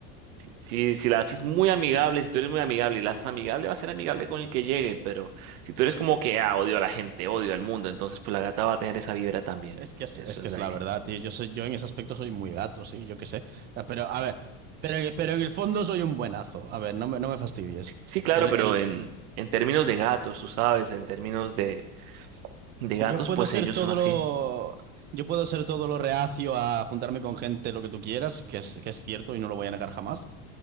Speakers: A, on the right; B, on the right.
A: Si, si la haces muy amigable, si tú eres muy amigable y la haces amigable, va a ser amigable con el que llegue, pero si tú eres como que, ah, odio a la gente, odio al mundo, entonces pues la gata va a tener esa vibra también.
B: Es que es,
A: Eso
B: es que
A: es
B: es
A: de ahí.
B: la verdad, tío. Yo soy, yo en ese aspecto soy muy gato, sí, yo qué sé. Pero, a ver, pero, pero en el fondo soy un buenazo. A ver, no me, no me fastidies.
A: Sí, claro,
B: El,
A: pero
B: el-
A: en, en términos de gatos, tú sabes, en términos de, de gatos,
B: yo puedo
A: pues
B: ser
A: ellos
B: todo
A: son así.
B: lo. Yo puedo ser todo lo reacio a juntarme con gente, lo que tú quieras, que es, que es cierto y no lo voy a negar jamás.